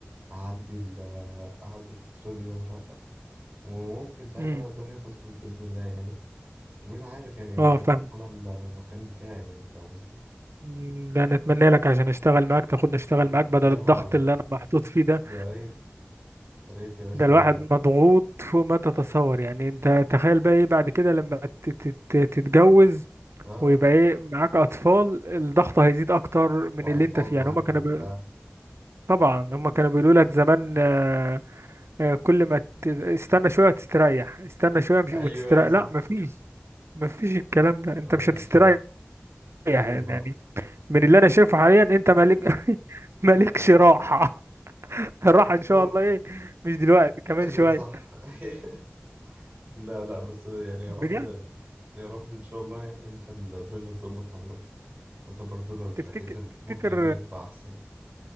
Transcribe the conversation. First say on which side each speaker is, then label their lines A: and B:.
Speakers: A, on the right (about 25°); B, on the right (about 80°).
A: اعدي ال... اعدي الفترة دي واترقى وممكن ساعتها
B: امم
A: بقى الدنيا تظبط بإذن الله يعني ومين عارف يعني يمكن
B: اه فاهم
A: افتح انا المكان بتاعي يعني فاهم قصدي
B: مم، ده نتمنى لك عشان اشتغل معاك تاخد نشتغل
A: حبيبي
B: معاك بدل
A: يا
B: الضغط
A: نهار ابيض
B: اللي انا محطوط فيه ده
A: يا ريت يا ريت يا باشا
B: ده
A: ده
B: الواحد
A: انت
B: مضغوط فوق ما تتصور يعني انت تخيل بقى ايه بعد كده لما ت- ت- ت- تتجوز
A: اه
B: ويبقى ايه معاك اطفال الضغط هيزيد اكتر من
A: وعايز
B: اللي انت
A: تقعد
B: فيه
A: معاهم
B: يعني هما كانوا
A: وبتاع
B: بي... طبعا هما كانوا بيقولوا لك زمان آه، آه، كل ما ت- استنى شوية وتستريح استنى شوية مش
A: ايوه
B: وتستريح
A: صح
B: لا مفيش مفيش الكلام ده انت
A: مفيش
B: مش هتستريح
A: راحه
B: يعني
A: ايوه طبعا
B: من اللي انا شايفه حاليا انت مالك <laughs>
A: <laughs>
B: مالكش راحة الراحة ان
A: صح
B: شاء الله ايه مش دلوقتي كمان
A: ايوه
B: شوية
A: صح <laughs> لا لا بس يعني يا
B: بجد
A: رب يا رب ان شاء الله يعني انت الدنيا تظبط عندك انت برضو لو اترقيت
B: تفتكر تفتكر
A: ممكن الدنيا تبقى احسن